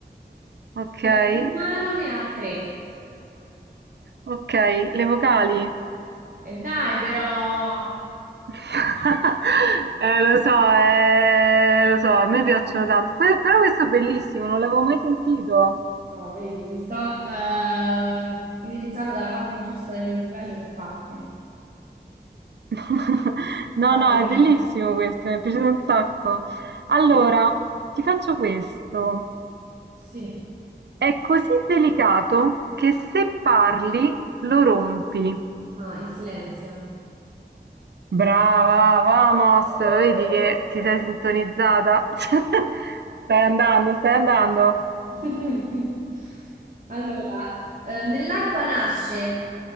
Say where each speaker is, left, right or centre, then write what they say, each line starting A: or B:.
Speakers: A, on the right; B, on the right.
A: okay,
B: e un umano ne ha tre.
A: okay. Le vocali?
B: E dai, però,
A: <laughs> Eh, lo so, eh, lo so, a me piacciono tanto. Que- però questo è bellissimo, non l'avevo mai sentito.
B: oh, vedi, mi sto eh, indirizzando dalla parte giusta del mio cervello per farteli.
A: <laughs> No,
B: Vai,
A: no, è
B: vai.
A: bellissimo questo, mi è piaciuto un sacco. Allora, ti faccio questo.
B: Sì.
A: È così delicato che se parli lo rompi.
B: Ah, il silenzio.
A: Brava, vamos,
B: <laughs>
A: lo vedi che ti sei sintonizzata? <laughs> Stai andando, stai andando.
B: <laughs> Allora, eh, nell'acqua nasce,